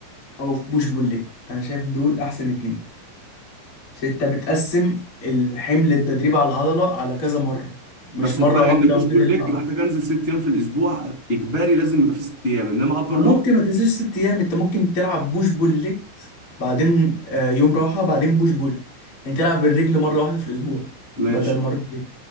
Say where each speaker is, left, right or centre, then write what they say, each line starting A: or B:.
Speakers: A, on the left; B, on the left.
A: او بوش بول ليج انا شايف دول احسن اتنين عشان انت بتقسم الحمل التدريب على العضله على كذا مره مش
B: بس
A: مره
B: الفرق
A: واحده
B: ان بوش
A: وتدرك
B: بول ليج
A: العضله.
B: محتاج انزل ست ايام في الاسبوع اجباري لازم يبقى في ست ايام انما ابر
A: أو ممكن
B: لور
A: ما تنزلش ست ايام انت ممكن تلعب بوش بول ليجز بعدين آه، يوم راحه بعدين بوش بول يعني تلعب بالرجل مره واحده في الاسبوع
B: ماشي
A: بدل مرتين